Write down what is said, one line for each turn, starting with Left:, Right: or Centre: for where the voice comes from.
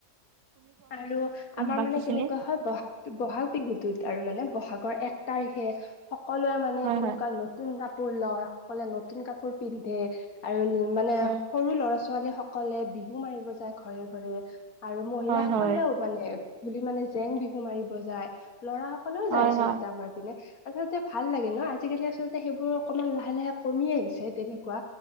Left: আৰু আমাৰ
Right: বাকী
Left: মানে
Right: খিনি
Left: কেনেকুৱা হয় বহাগ বহাগ বিহুতোত আৰু মানে, বহাগৰ এক তাৰিখে সকলোৱে মানে
Right: হয়
Left: কেনেকুৱা
Right: হয়
Left: নতুন কাপোৰ কাপোৰ লয়। সকলোৱে নতুন কাপোৰ পিন্ধে, আৰু মানে
Right: হয়
Left: সৰু ল'ৰা ছোৱালী সকলে বিহু মাৰিব যায় ঘৰে ঘৰে আৰু মহিলা
Right: হয়
Left: স
Right: হয়
Left: মানে ধুলি মানে জেং বিহু মাৰিব যায়, লৰা সকলেও
Right: হয়
Left: যায় আচলতে
Right: হয়
Left: আমাৰ পিনে। আচলতে ভাল লাগে ন, আজিকালি আচলতে সেইবোৰ অকমান লাহে লাহে কমি আহিছে তেনেকুৱা